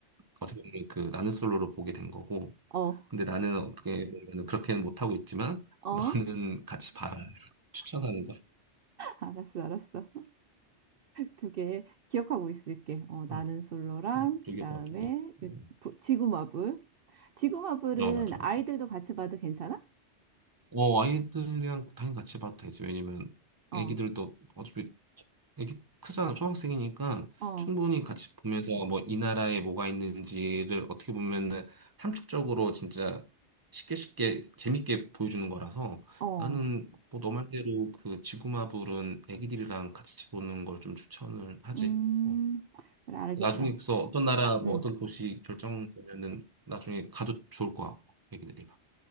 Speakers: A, on the right; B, on the right.
A: 어떻게 보면 그 나는 솔로로 보게 된 거고,
B: 어,
A: 근데 나는 어떻게 보면 그렇게는 못하고 있지만,
B: 어,
A: 너는 같이 봐라. 추천하는 거야.
B: 알았어, 알았어. 그게 기억하고 있을게. 어, 나는
A: 어,
B: 솔로랑
A: 어,
B: 그다음에
A: 두개 봐, 두 개. 음,
B: 지구마블. 지구마블은
A: 어, 맞아, 맞아.
B: 아이들도 같이 봐도 괜찮아?
A: 어, 아이들이랑 당연히 같이 봐도 되지. 왜냐면
B: 어.
A: 애기들도 어차피 애기 크잖아. 초등학생이니까
B: 어.
A: 충분히 같이 보면서 뭐 이 나라에 뭐가 있는지를 어떻게 보면은 함축적으로 진짜 쉽게 쉽게 재밌게 보여주는 거라서
B: 어.
A: 나는 뭐 너 말대로 그 지구마블은 애기들이랑 같이 보는 걸 좀 추천을 하지.
B: 음.
A: 어.
B: 그래 알겠어.
A: 나중에 그래서 어떤 나라 뭐
B: 음.
A: 어떤 도시 결정되면은 나중에 가도 좋을 것 같고 애기들이랑.